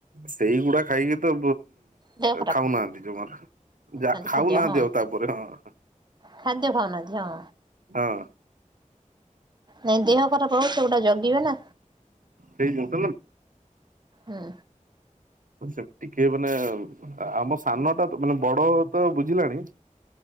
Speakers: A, on the right; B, on the right.
A: ସେଇଗୁଡା ଖାଇକି ତ
B: ଦେହ ଖରାପ
A: ଖାଉନାହାନ୍ତି ଜମାରୁ ଯା ଖାଉନାହାନ୍ତି
B: ଖାଦ୍ୟ ହଁ
A: ଆଉ ତାପରେ ହଁ
B: ଖାଦ୍ୟ ଖାଉନାହାନ୍ତି ହଁ
A: ହଁ
B: ନାଇଁ ଦେହ ଖରାପ ହଉଛି ଗୋଟା ଜଗିବେ ନା
A: ସେଇ ଜିନିଷ
B: ହୁଁ
A: ସେମତି ଟିକେ ମାନେ ଆମ ସାନଟା ମାନେ ବଡ ତ ବୁଝିଲାଣି